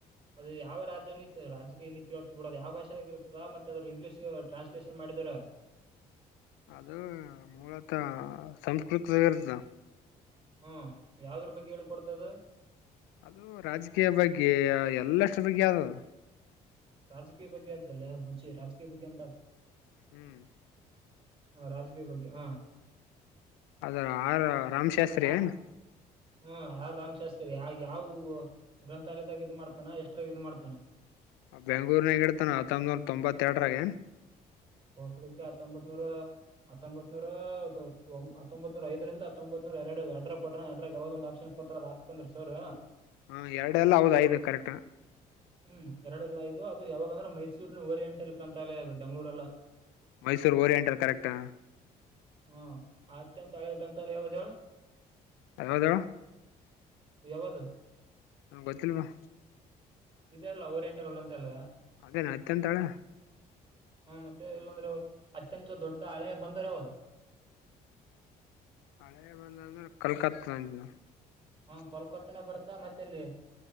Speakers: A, on the right; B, on the left.
A: ಅದು ಯಾವ ರಾಜನತಿ ರಾಜಕೀಯ ನೀತಿಗಳು ಕೂಡದ ಯಾವ ಭಾಷೆಗ ಇರ್ತದ ಮತ್ತೆ ಅದರು ಇಂಗ್ಲಿಷ್ ಟ್ರಾನ್ಸ್ಲೇಷನ್ ಮಾಡಿದರರು
B: ಅದು ಮೂಲತ ಸಂಸ್ಕತಗರ್ತದ
A: ಹ್ಮ ಯಾವ್ದ್ರ ರೂಪಾಯಗೆ ಹೇಳಿ ಕೊಡ್ತದ
B: ಅದು ರಾಜಕೀಯ ಬಗ್ಗೆ ಎಲ್ಲಷ್ಟ್ರ ಬಗ್ಗೆ ಯಾವ್ದದು
A: ರಾಜಕೀಯ ಬಗ್ಗೆ ಅಂತಲ್ಲ ಮಚಿ ರಾಜಕೀಯ ಬಗ್ಗೆ ಎಂತ
B: ಹ್ಮ್
A: ಹ ರಾಜಗೀಯ ಬಗ್ಗೆ ಹಾ
B: ಅದ್ರ ಆರ ರಾಮಶಾಸ್ರಿ
A: ಯಾ
B: ಏನು
A: ಹ್ಮ್ ಆ ರಾಮ್ಶಾಸ್ತ್ರಿ ಯಾವ ಯಾವ ಗ್ರಂಥಾಲಯದಾಗ ಇ ಮಾಡ್ತಾನ ಎಷ್ಟ್ರಾಗ ಇ ಮಾಡ್ತಾನ
B: ಆ ಬೆಂಗಳೂರ್ನಾಗ ಇಡ್ತಾನ ಹತ್ತೊಂಬನೂರ ತೊಂಬತ್ತೆರಡರಾಗ
A: ಹಸಳಕ್ಕೆ ಹತ್ತೊಂಬತ್ ನೂರ ಹತ್ತೊಂಬತ್ನೂರ ಒ ಹತ್ತೊಂಬತ್ರ ಐದರಿಂದ ಹತ್ತೊಂಬತ್ರ ಎರಡು ಎಡರ ಕೊಟ್ರ ಎರಡ್ರಾಗ ಯಾವ್ದ ಒಂದು ಆಪ್ಷನ್ ಕೊಡ್ತಾರ ಅದ್ ಹಾಕ್ ಬಂದ್ರ ಸರ್
B: ಹ ಎರಡೆಲ್ಲ
A: ಅದ
B: ಹೌದ
A: ಯಾವ
B: ಐದು ಕರೆಕ್ಟ್
A: ಹ್ಮ್ ಎರಡೆಲ್ಲ ಇದು ಅದು ಯಾವಾಗ ಅ್ರಮೈಸೂರಿನ ರಿಯಂಟ್ಲ್ ಕಂತಾಲ ಅದು ಬೆಂಗಗಳೂರಲ್ಲ
B: ಮೈಸೂರು ಓರಿಯಂಟಲ್ ಕರೆಕ್ಟಾ
A: ಹ್ಮ ಅತ್ಯಂತ ಹಳೆ ಗ್ರಂಥಾಲ ಯಾವ್ದ ಹೇಳು
B: ಯಾವಾವದ
A: ಯಾವುದು
B: ನಮ್ಗೆ ಗೊತ್ತಿಲ್ವಾ
A: ಇದೆ ಅಲ್ಲ ಓರಿಯಂಟಲ್ ಗ್ರಂತ ಅಲ್ಲ
B: ಹಾಗೇ ನಾಯತ ಅಂತಾಳ
A: ಹ್ಮ ಮತ್ತೆ ಇಲ್ಲಾಂದ್ರೆ ಅತ್ಯಂತ ದೊಡ್ಡ ಹಳೆ ಬಂದರೆ ಹಾವದು
B: ಹಳೆ ಬಂದ ಅಂದ್ರ ಕಲ್ಕತ್ತಂತ
A: ಹಾ ಕಲ್ಕತ್ತನ ಬರ್ತಾ ಮತ್ತೆ ಅಲ್ಲಿ